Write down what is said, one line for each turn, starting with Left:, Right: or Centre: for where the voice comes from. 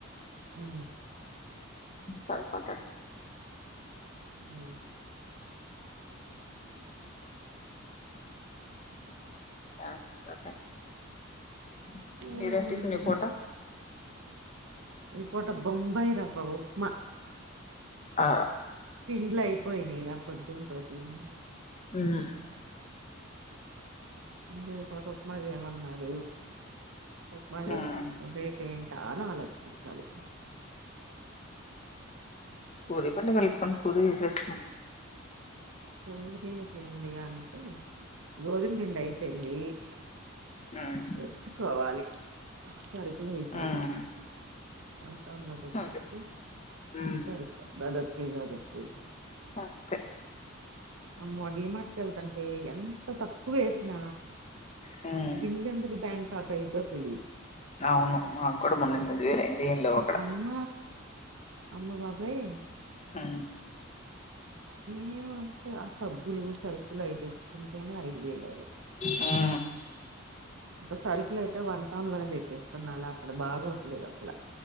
Right: ఉ
Left: సరిపోత <unintelligible>
Right: హు
Left: <unintelligible> మీరెం
Right: ఏముందిరా
Left: టిఫిన్ ఈ పూట
Right: ఈ పోట బొంబై రావ్వ ఉప్మా
Left: హఆ
Right: పిండ్లు అయిపోయినాయిర <unintelligible>
Left: హమ్
Right: రేపటి ఉప్మా చేయమన్నాడు ఉప్మ చేసుకుంటాం
Left: ఉమ్
Right: రే ఏంటా అని ఆలోచించించాలి
Left: పూరి పిండి కలుపుకొని <unintelligible>
Right: పవరే పిండి అంటే గోధుమ పిండి అయి <unintelligible>
Left: ఉమ్
Right: తేచ్చుకోవాలి మరి <unintelligible>
Left: ఉమ్
Right: తెప్పస్తే
Left: అంతే ఉమ్
Right: సరి <unintelligible>
Left: అంతే
Right: అమ్మో డిమార్ట్కి వెళ్దంటే ఎంత తక్కువ వేసిన
Left: హు
Right: <unintelligible> ఎందుకు బ్యాంక్ ఖాతా ఇద్దో తెలియదు
Left: ఆవును మా కూడ <unintelligible>
Right: అమ్మ అమ్మ బాబోయ్
Left: హా
Right: మేము అంటే ఆ సబ్బులు సరుకులు అయి తెచ్చుకుంటేనే ఐదు వేలాయినాయి
Left: హా
Right: ఇంకా సరుకులు అయితే వన్ టౌన్ లో అనేది తెప్పిస్తున్నాలా అక్కడ బాగోట్లేదు అసలు